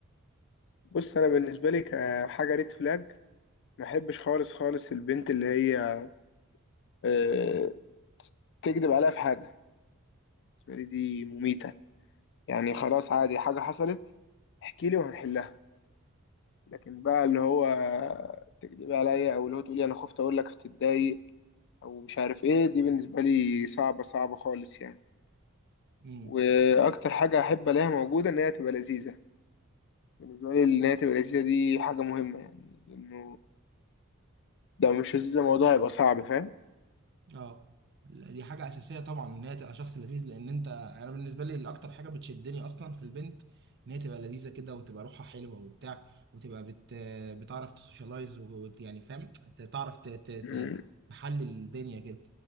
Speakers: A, on the left; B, on the right.
A: بص انا بالنسبه لي كحاجه ريد فلاج ما احبش خالص خالص البنت اللي هي آه، تكذب عليها في حاجه بالنسبه لي دي مميته يعني خلاص عادي حاجه حصلت احكي لي وهنحلها لكن بقى اللي هو تكذبي عليا او اللي هو تقولي انا خفت اقول لك تتضايق او مش عارف ايه دي بالنسبه لي صعبه صعبه خالص يعني
B: ايه
A: واكتر حاجه احب الاقيها موجوده ان هي تبقى لذيذه بالنسبه لي ان هي تبقى لذيذه دي حاجه مهمه يعني لانه لو مش لذيذه الموضوع هيبقى صعب فاهم
B: اه لا، دي حاجة أساسية طبعا إن هي تبقى شخص لذيذ لأن أنت أنا بالنسبة لي الأكتر حاجة بتشدني أصلا في البنت إن هي تبقى لذيذة كده وتبقى روحها حلوة وبتاع وتبقى بت... بتعرف تسوشيالايز ويعني فاهم ت- تعرف ت... ت... ت...
A: مم.
B: تحلل الدنيا كده